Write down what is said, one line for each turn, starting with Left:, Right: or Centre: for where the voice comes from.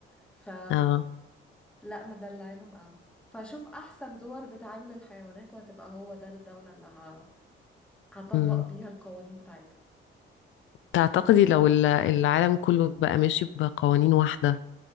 Centre: ف
Left: اه
Centre: لا مدلعينهم قوي فاشوف احسن دول بتعامل الحيوانات وهتبقى هو ده الدولة اللي هطبق
Left: أم.
Centre: بيها القوانين بتاعتها
Left: تعتقدي لو ال- العالم كله بقى ماشي بقوانين واحدة